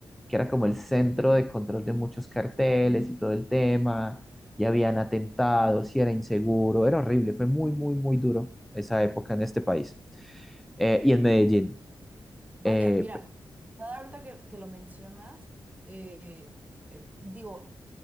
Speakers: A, in the centre; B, on the right.
A: que era como el centro de control de muchos carteles y todo el tema, y habían atentados y era inseguro, era horrible, fue muy, muy, muy duro esa época en este país. Eh, y en Medellín.
B: Vaya,
A: Eh,
B: mira, nada, ahorita que, que lo mencionas, eh, eh, digo,